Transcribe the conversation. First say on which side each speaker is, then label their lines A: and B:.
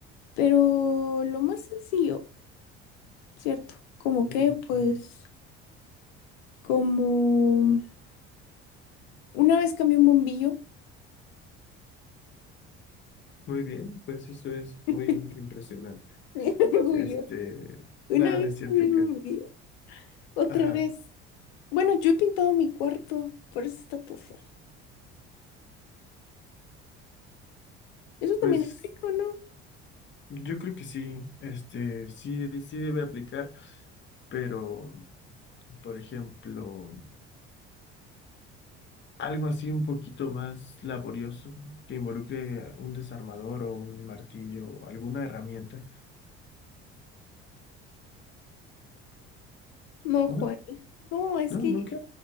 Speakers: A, on the left; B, on the left.
A: pero lo más sencillo, ¿cierto? Como
B: <laughs>
A: que, pues, como una vez cambié un bombillo,
B: Muy bien, pues eso es muy
A: <laughs>
B: impresionante.
A: bien orgullo,
B: Este,
A: una
B: nada,
A: vez
B: no es cierto
A: cambié un
B: que,
A: bombillo, otra
B: ajá,
A: vez. Bueno, yo he pintado mi cuarto, por eso está todo feo. Eso también
B: pues
A: aplica, ¿o ¿no?
B: yo creo que sí, este, sí, de- sí debe aplicar, pero, por ejemplo, algo así un poquito más laborioso que involucre un desarmador o un martillo o alguna herramienta.
A: No,
B: No,
A: Juani. No, es
B: no,
A: que,
B: nunca.